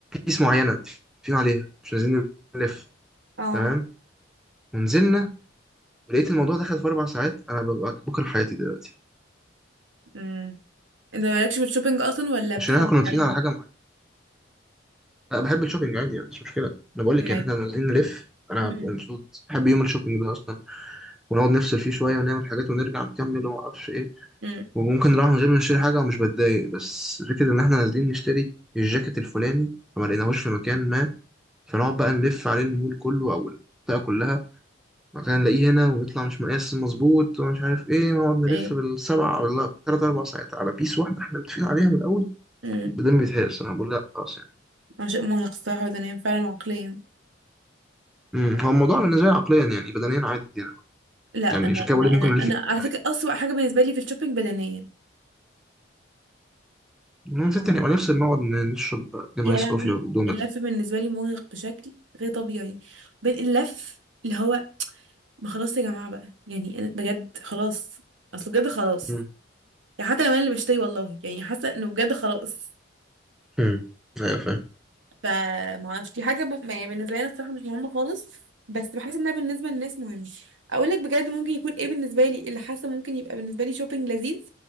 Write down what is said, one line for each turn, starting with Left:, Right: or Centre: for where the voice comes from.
Centre: بيس معينة متفقين عليها مش عايزين نلف
Right: اه
Centre: تمام ونزلنا ولقيت الموضوع دخل في أربع ساعات أنا ببقى بكره حياتي دلوقتي
Right: امم انت مالكش في الشوبينج اصلا ولا بتحب
Centre: عشان احنا كنا متفقين
Right: عادي
Centre: على حاجة معينة أنا بحب الشوبينج عادي يعني مش مشكلة أنا بقول لك
Right: عادي
Centre: يعني احنا نازلين نلف أنا
Right: امم
Centre: ببقى مبسوط بحب يوم الشوبينج ده أصلا ونقعد نفصل فيه شوية ونعمل حاجات ونرجع نكمل ومعرفش إيه
Right: امم
Centre: وممكن نروح من غير ما نشتري حاجة ومش بتضايق بس فكرة إن إحنا نازلين نشتري الجاكيت الفلاني فما لقيناهوش في مكان ما فنقعد بقى نلف عليه المول كله أو المنطقة كلها مثلا نلاقيه هنا ويطلع مش مقاس مظبوط ومش عارف إيه ونقعد
Right: ايوه
Centre: نلف بالسبعة ولا تلات أربع ساعات على بيس واحدة إحنا متفقين عليها من الأول
Right: امم
Centre: بدل بيتهرس الصراحة بقول لأ خلاص يعني
Right: عشان مرهق الصراحه بدنيا فعلا وعقليا
Centre: أمم، هو الموضوع بالنسبة لي عقليا يعني بدنيا عادي يعني
Right: لا انا
Centre: يعني عشان كده بقول
Right: انا
Centre: لك ممكن
Right: انا
Centre: نلف
Right: انا
Centre: كتير
Right: على
Centre: عادي
Right: فكره اسوأ حاجه بالنسبه لي في الشوبينج بدنيا
Centre: المهم ستة نبقى نفصل نقعد نشرب اتنين
Right: يا
Centre: آيس
Right: لهوي
Centre: كوفي ودونتس
Right: اللف بالنسبه لي مرهق بشكل غير طبيعي بين اللف اللي هو ما خلاص يا جماعه بقى يعني انا بجد خلاص اصل بجد خلاص
Centre: أمم.
Right: يعني حتى لو انا اللي بشتري والله يعني حاسه انه بجد خلاص
Centre: أمم. أيوة فاهم
Right: فما اعرفش دي حاجه ب- ما- يعني بالنسبه لي أنا الصراحه مش مهمه خالص بس بحس انها بالنسبه للناس مهمه اقول لك بجد ممكن يكون ايه بالنسبه لي اللي حاسه ممكن يبقى بالنسبه لي شوبينج لذيذ